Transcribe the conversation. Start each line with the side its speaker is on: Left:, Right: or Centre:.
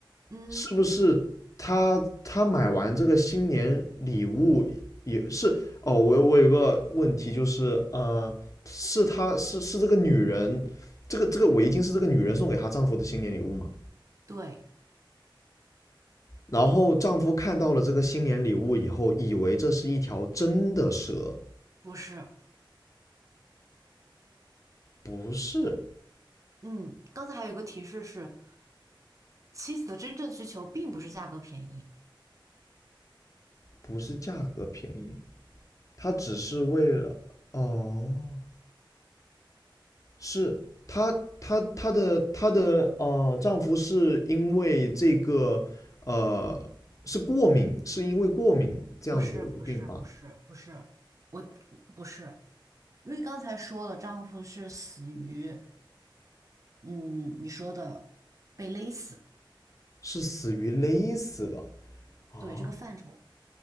Right: 嗯，
Left: 是不是她她买完这个新年礼物也是？哦，我我有个问题就是，呃，是她是是这个女人，这个这个围巾是这个女人送给她丈夫的新年礼物吗？
Right: 对，
Left: 然后丈夫看到了这个新年礼物以后，以为这是一条真的蛇，
Right: 不是。
Left: 不是，
Right: 嗯，刚才还有一个提示是，妻子的真正需求并不是价格便宜，
Left: 不是价格便宜，她只是为了哦，是她她她的她的呃丈夫是因为这个呃是过敏，是因为过敏这样子的一个病发，
Right: 不是，不是，不是，不是，我不是，因为刚才说了，丈夫是死于，嗯，你说的被勒死，
Left: 是死于勒死的。啊，
Right: 对，这个范畴，